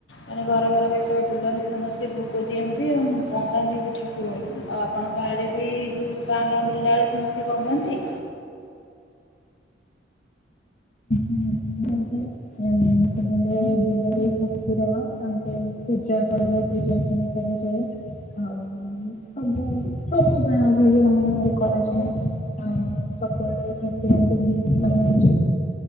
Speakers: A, on the left; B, on the left.
A: ମାନେ ଘର ଘର ଯେତେବେଳେ ବୁଲନ୍ତି ସମସ୍ତେ ଭୋଗ ଦିଅନ୍ତି ଏବଂ ବନ୍ଦାନ୍ତି ବି ଠାକୁରଙ୍କୁ ଆଉ ଆପଣ ଙ୍କ ଆଡ଼େ ବି ଯେଉଁ ଗାଁ ଗାଁ ବୁଲିଲାବେଳେ ବନ୍ଦାନ୍ତି।
B: <inaudible> ଉଁ ତାମଲେ ବୁଲନ୍ତି ଠାକୁର ତାଙ୍କେ ପୂଜା କରେ ପୂଜାର୍ଚ୍ଚନା କର। ଆଉ ସବୁ ସବୁ ଗାଁ ଭଳି ଆମ ଗାଁରେ କରାଯାଏ। ଆଉ ସବୁଆଡେ ଠାକୁରଙ୍କୁ ମନେ